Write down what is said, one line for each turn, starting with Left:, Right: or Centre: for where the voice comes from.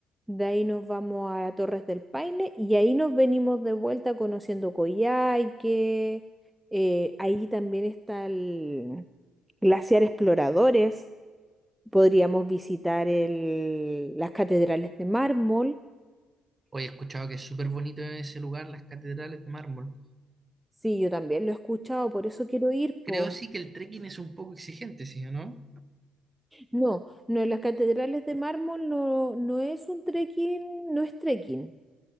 Centre: de ahí nos vamos a Torres del Paine y ahí nos venimos de vuelta conociendo Coyhaique, eh, ahí también está el Glaciar Exploradores, podríamos visitar el- las catedrales de mármol,
Right: Hoy he escuchado que es súper bonito ese lugar, las catedrales de mármol.
Centre: sí, yo también lo he escuchado, por eso quiero ir,
Right: Creo
Centre: pues.
Right: sí que el trekking es un poco exigente, ¿sí o no?
Centre: No, no, en las catedrales de mármol no, no es un trekking, no es trekking.